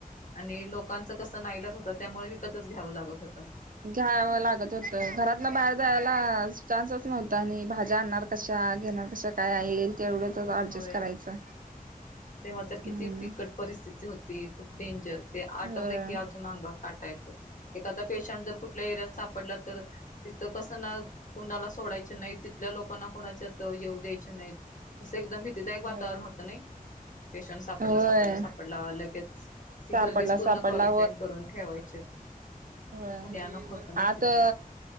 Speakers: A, on the left; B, on the right.
A: आणि लोकांच कस ना ईलाज होता त्यामुळे विकतच घ्यावं लागत होता.
B: घ्यावं लागत होत घरात ना बाहेर जायला चान्सच नव्हता आणि भाज्या आणणार कश्या का घेण कसं काय येईल. तेवढंच ऍडजस्ट
A: होय
B: करायचं
A: तेव्हा तर
B: हम्म
A: किती बिकट परिस्थिती होती खूप डेंजर. ते आठवले
B: होय
A: की अजून अंगावर काटा येतो एखादा पेशंट जर कुठल्या एरियात सापडला तर तिथं कसं ना कुणाला सोडायच नाही तिथल्या लोकांना कुणाच्यात येऊ द्यायचे नाहीत. कसं एकदम भीतीदायक
B: होय
A: वातावरण होत नाही पेशंट सापडला
B: होय
A: सापडला सापडला लगेच ती
B: सापडला
A: गल्लीच पूर्ण
B: सापडला
A: क्वारंटाईन करून ठेवायचीत.
B: हो
A: भयानक होतं नाही
B: आता
A: तिथं